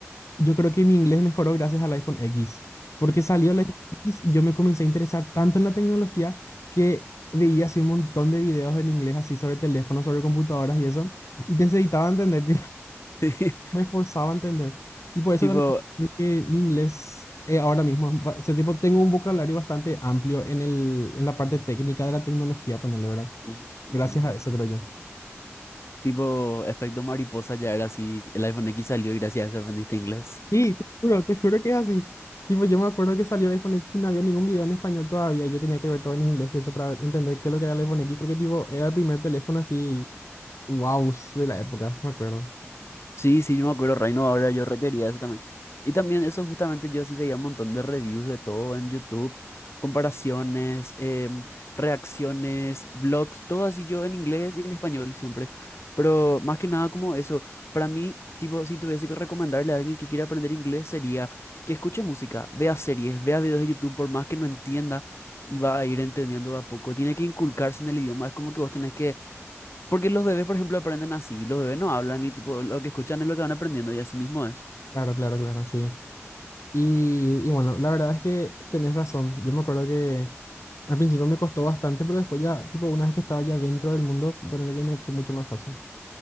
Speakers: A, on the left; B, on the left.
A: Yo creo que mi inglés mejoró gracias al iPhone X, porque salió el iPhone X y yo me comencé a interesar tanto en la tecnología que veía así un montón de videos en inglés así sobre teléfonos, sobre computadoras y eso, y necesitaba entender, <laughs> tipo,
B: <laughs>
A: me esforzaba a entender. Y por eso
B: Tipo,
A: también creo que mi inglés eh, ahora mismo, es o sea, tipo, tengo un vocabulario bastante amplio en el, en la parte técnica de la tecnología, ponerle, ¿verdad?
B: Ujú,
A: Gracias
B: ujú.
A: a eso, creo yo.
B: tipo, efecto mariposa ya era así, el iPhone X salió y gracias a eso aprendiste inglés.
A: Sí, te juro, te juro que es así. Tipo, yo me acuerdo que salió el iPhone X y no había ningún video en español todavía. y Yo tenía que ver todo en inglés y eso para ver- entender qué es lo que era el iPhone X, porque tipo, era el primer teléfono así, wow, de la época, me acuerdo.
B: Sí, sí, yo me acuerdo, Reino, ahora yo requería eso también. Y también eso justamente yo sí veía un montón de reviews de todo en YouTube, comparaciones, em, reacciones, blogs, todo así yo en inglés y en español siempre. Pero más que nada como eso, para mí, tipo, si tuviese que recomendarle a alguien que quiera aprender inglés sería que escuche música, vea series, vea videos de YouTube, por más que no entienda y va a ir entendiendo de a poco. Tiene que inculcarse en el idioma, es como que vos tenés que porque los bebés, por ejemplo, aprenden así. Los bebés no hablan y tipo, lo que escuchan es lo que van aprendiendo y así mismo es.
A: Claro, claro, claro, sí. Y, y bueno, la verdad es que tenés razón. Yo me acuerdo que al principio me costó bastante, pero después ya, tipo, una vez que estaba ya dentro del mundo, ponerle que me fue mucho más fácil.